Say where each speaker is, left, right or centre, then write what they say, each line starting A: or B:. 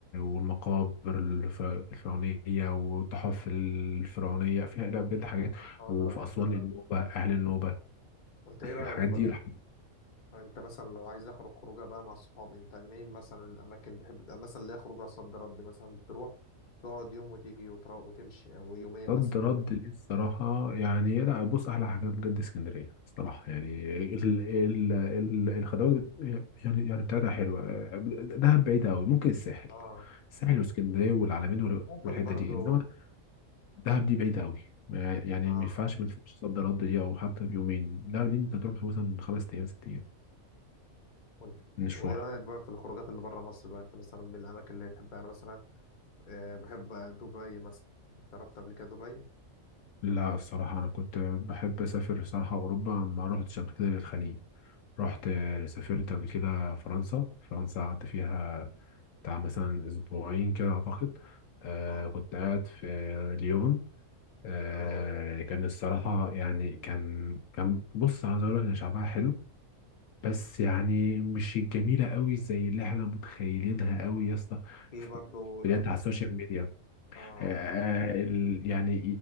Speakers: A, on the left; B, on the left.
A: والمقابر الف... الفرعونية والتحف الفرعونية فيها لا بجد حاجات
B: اه
A: وفي
B: انا بحب
A: أسوان
B: انا
A: النوبة أهل النوبة
B: وانت ايه رأيك
A: الحاجات
B: بقى
A: دي الحاجات
B: يعني انت مثلا لو عايز اخرج خروجه بقى مع صحابي انت مين مثلا الاماكن بتحب تبقى مثلا ليها خروجه صد رد مثلا بتروح تقعد يوم وتيجي وترا... وتمشي او يومين
A: رد
B: مثلا
A: رد دي الصراحة يعني لا بص أحلى حاجة بجد اسكندرية الصراحة يعني ال ال ال الخدمات بت- يعني يعني بتاعتها حلوة دهب بعيدة أوي ممكن الساحل
B: اه
A: الساحل واسكندرية والعلمين وال-
B: ممكن
A: والحتة
B: برضو
A: دي إنما دهب دي بعيدة أوي ما- يعني
B: اه
A: ما ينفعش ما ينفعش صد رد دي أو حتى بيومين لا دي أنت تروح مثلا خمس أيام ست أيام
B: وانت
A: من مشوارها
B: وايه رأيك بقى في الخروجات اللي بره مصر بقى انت مثلا من الاماكن اللي تحبها انا مثلا آه بحب دبي مثلا انت رحت قبل كده دبي
A: لا الصراحة أنا كنت بحب أسافر الصراحة أوروبا ما رحتش قبل كده الخليج رحت سافرت قبل كده فرنسا فرنسا قعدت فيها بتاع مثلا أسبوعين كده أعتقد آه
B: اه
A: كنت قاعد في ليون آه
B: اه
A: كان الصراحة يعني كان كان بص أنا عايز أقول لك إن شعبها حلو بس يعني مش جميلة قوي زي اللي احنا متخيلينها قوي يا اسطى
B: في
A: ف-
B: برضو ال...
A: بجد على السوشيال ميديا
B: اه
A: آه آه، ال- يعني